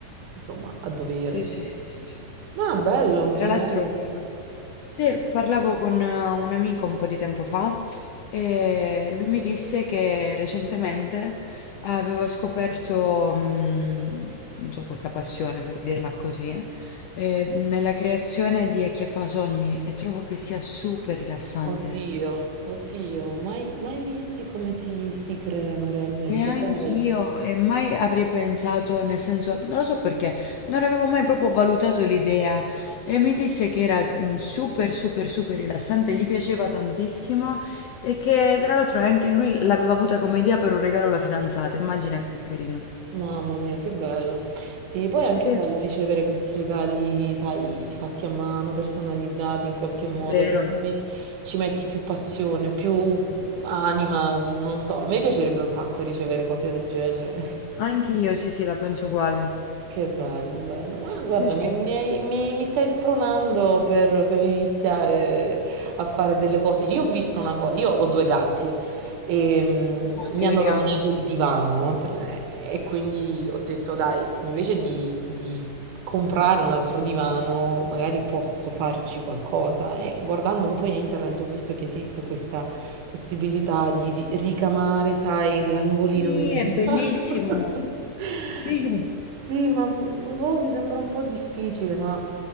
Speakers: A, on the right (about 70°); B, on the left (about 85°).
A: insomma, a dovere.
B: Sì, sì, sì, sì, sì.
A: Ma bello,
B: Tra
A: bello.
B: l'altro, parla... Sì, parlavo con eh, un amico un po' di tempo fa e lui mi disse che recentemente aveva scoperto, mm, non so, questa passione per dirla così, eh, nella creazione di acchiappasogni e trovo che sia super rilassante.
A: Oddio, oddio, mai, mai visti come si, si creano realmente,
B: Neanch'io
A: sai?
B: e mai avrei pensato, nel senso, non lo so perché, non avevo mai proprio valutato l'idea e mi disse che era mm, super, super, super rilassante, gli piaceva tantissimo e che tra l'altro anche lui l'aveva avuta come idea per un regalo alla fidanzata, immagina che carino.
A: Mamma mia, che bello. Sì, poi è
B: Sì,
A: anche bello ricevere questi regali, sai, fatti a mano, personalizzati in qualche modo.
B: Vero,
A: Secondo me ci metti più passione, più anima, non so. A me piacerebbe un sacco ricevere cose del genere.
B: anch'io sì, sì, la penso uguale.
A: Che bello, bello. Ma guarda,
B: sì, sì,
A: mi, mi
B: sì.
A: hai- mi- mi stai spronando per, per iniziare a fare delle cose. Io ho visto una cosa, io ho due gatti e mm,
B: Oddio,
A: mi hanno
B: io li
A: rovinato
B: amo.
A: il divano tra- e quindi ho detto, dai, invece di, di comprare un altro divano, magari posso farci qualcosa. E guardando un po' in internet ho visto che esiste questa possibilità di ri- ricamare, sai, l'angolino
B: Sì,
A: del divano.
B: è bellissimo.
A: <laughs>
B: Sì.
A: Sì, ma mm, boh, mi sembra un po' difficile, ma